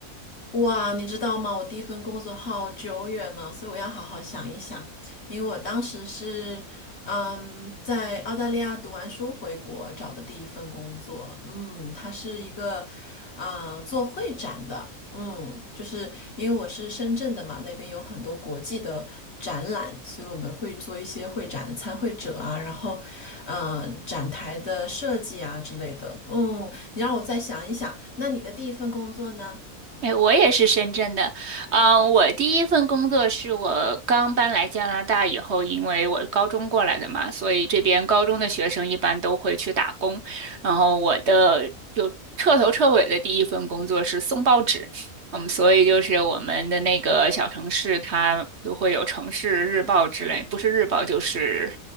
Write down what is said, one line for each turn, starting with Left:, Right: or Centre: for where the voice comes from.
Left: 哇，你知道吗？我第一份工作好久远了，所以我要好好想一想。因为我当时是，嗯，在澳大利亚读完书回国找的第一份工作。嗯，它是一个，嗯，做会展的。嗯，就是因为我是深圳的嘛，那边有很多国际的展览，所以我们会做一些会展参会者啊，然后，嗯，展台的设计啊之类的。嗯，你让我再想一想，那你的第一份工作呢？
Right: 哎，我也是深圳的。嗯，我第一份工作是我刚搬来加拿大以后，因为我高中过来的嘛，所以这边高中的学生一般都会去打工。然后我的就彻头彻尾的第一份工作是送报纸。嗯，所以就是我们的那个小城市，它都会有城市日报之类，不是日报就是